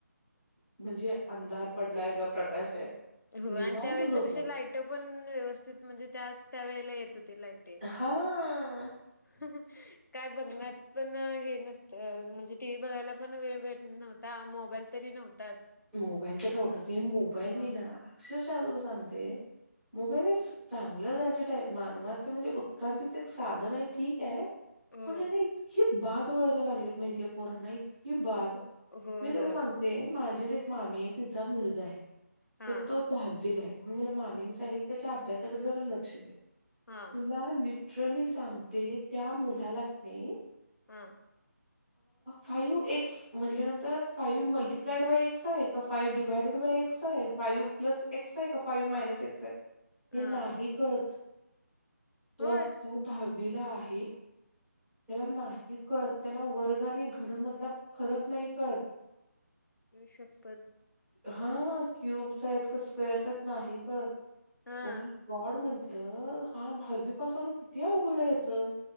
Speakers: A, in the centre; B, on the left.
A: म्हणजे अंधार पडलाय का प्रकाश आहे
B: हो
A: निवांत
B: आणि त्यावेेळेच
A: झोपायचं.
B: कशी लाईट पण व्यवस्थित म्हणजे त्याच त्यावेळेला येत लाईट ही
A: हां.
B: ही काय बघ पण हे नस तर म्हणजे टी व्ही बघायला पण वेळ भेट नव्हता मोबाईल तरी नव्हता
A: मोबाईल तर नव्हताच हे मोबाईल
B: ह
A: नाही ना अक्षरशः तुला सांगते मोबाईल हे चांगलं गॅझेट हाय मानवाचे म्हणजे उत्क्रांतीचे एक साधन ठीक आहे
B: हो
A: पण ह्याने ना इतकी बाद वळण लागलीत माहितीय पोरना इतक ही बाद
B: होय
A: मी तुला
B: होय
A: सांगते माझीच एक मामी आहे तिचा मुलगा आहे
B: हा
A: तर तो दहावीला आहे म्हणून मला मामीने सांगीतले की त्याच्या अभ्यासाकडे जरा लक्ष दे
B: हा
A: तुला लिटरली सांगते त्या मुलाला की नाही
B: हा
A: फाइव्ह एक्स म्हटल्यानंतर फाइव्ह मल्टीप्लाइड बाय एक्स आहे का फाव डिवाइड बाय एक्स आहे फाईव प्लस एक्स आहे का फाईव्ह मायनस एक्स आहे हे
B: हा
A: नाही कळतं तो
B: होय
A: आता दहावीला आहे. त्याला नाही कळतं त्याला वर्गाने घन मधला फरक नाही कळतं
B: आई शप्पथ
A: हा क्युब्स आहेत का स्क्वेअर्स आहेत नाही कळतं
B: हा
A: ओ माय गॉड म्हणते हा दहावी पासून किती अवघडायचं आहे हयाच